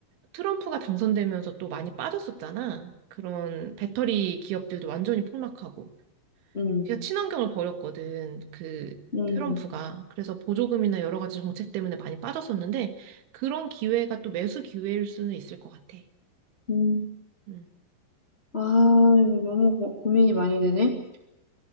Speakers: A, on the right; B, on the left.
A: 트럼프가 당선되면서 또 많이 빠졌었잖아. 그런 배터리 기업들도 완전히 폭락하고.
B: 음,
A: 제가 친환경을 버렸거든. 그
B: 음,
A: 트럼프가. 그래서 보조금이나 여러 가지 정책 때문에 많이 빠졌었는데 그런 기회가 또 매수 기회일 수는 있을 것 같아.
B: 음.
A: 음.
B: 아, 이거 너무 고, 고민이 많이 되네.